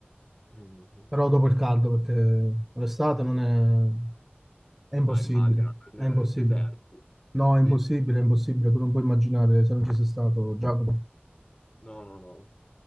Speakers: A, on the left; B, in the centre.
A: Mhm.
B: Però dopo il caldo, perché l'estate non è... è impossibile,
A: No, immagino, nel
B: è impossibile.
A: deserto.
B: No, è
A: Sì,
B: impossibile,
A: sì.
B: è impossibile, tu non puoi immaginare se non ci sei stato, Giacomo.
A: No, no, no.